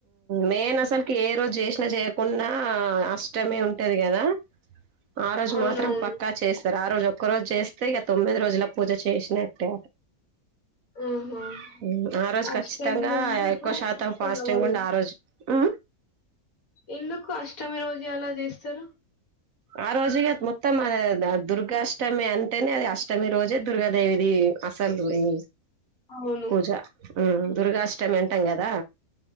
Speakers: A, on the right; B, on the left.
A: మేన్ అసలుకి ఏ రోజు చేసినా చేయకుడా అష్టమి ఉంటది కదా ఆ వాటికీ
B: అవునవును.
A: మాత్రం పక్కా చేస్తారు ఆ రోజు ఒక్క రోజు చేస్తే ఇక తొమ్మిది రోజుల పూజ చేసినట్టే
B: ఆహా!
A: హఉమ్ ఆ రోజు
B: అష్టమి
A: ఖచ్చితంగా
B: అంటే ఇప్పుడు
A: ఎక్కువ శాతం
B: అష్టమి.
A: ఫాస్టింగ్ ఉండి ఆ రోజు ఆ
B: ఎందుకు అష్టమి రోజే అలా చేస్తారు
A: ఆ రోజెగా మొత్తం అద దుర్గాష్టమి అంటేనే అది అష్టమి రోజే దుర్గాదేవిది అసలది ఈ
B: అవును.
A: పూజ ఉమ్ దుర్గాష్టమి అంటాం కదా